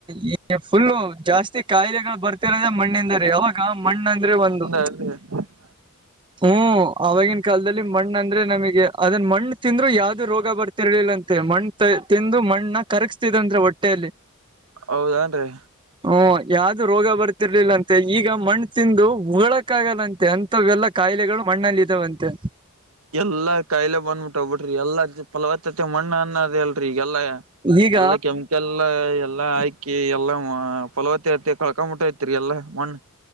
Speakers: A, on the right; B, on the right.
A: ಈ ಫುಲ್ಲು ಜಾಸ್ತಿ ಕಾಯಿಲೆಗಳು ಬರ್ತಿರದ ಮಣ್ಣಿನಿಂದ ರೀ ಅವಾಗ ಈಗ ಮಣ್ಣ ಅಂದ್ರೆ ಒಂದು
B: ಅ <unintelligible>
A: ಹು ಆವಾಗಿನ ಕಾಲದಲ್ಲಿ ಮಣ್ಣ ಅಂದ್ರೆ ನಮಗೆ ಅದನ್ ಮಣ್ಣು ತಿಂದ್ರು ಯಾವ್ದು ರೋಗ ಬರ್ತ ತಿರಳಿಿಲ್ಲಂತೆ ಮಣ್ಣ ತಿಂದು ಮಣ್ಣ ಕರಗಸ್ತಿದರಂತೆ ಹೊಟ್ಟೆಯಲ್ಲಿ
B: ಹೌದಾನ್ರಿ
A: ಹಓ ಯಾವ್ದು ರೋಗ ಬರ್ತಿರ್ಲಿಲ್ಲ ಅಂತೆ ಈಗ ಮಣ್ಣು ತಿಂದು ಉಳ ಕಕ್ಕಾಗಲ್ಲಂತೆ ಅಂತವೆಲ್ಲಾ ಕಾಯಿಲೆಗಳು ಮಣ್ಣಲ್ಲಿ ಇದಾವಂತೆ
B: ಎಲ್ಲಾ ಕಾಯಿಲೆ ಬಂದ್ಬಿಟ್ಟ ವ ಬಿಡ್ರಿ ಎಲ್ಲ್ ಫಲವತ್ತತೆ ಮಣ್ಣ ಅನ್ನ ಅ ಎಲ್ರಿ ಈಗೆಲ್ಲಾ
A: ಈಗ
B: ಎಲ್ಲಾ ಕೆಂಪ ಎಲ್ಲಾ ಎಲ್ಲಾ ಹಾಕಿ ಎಲ್ಲಾ ಫಲವತ್ತ ಆರ್ತಿ ಕಳ್ಕೊಂಬಿಟ್ಟತಿರಿ ಎಲ್ಲಾ ಮಣ್ಣ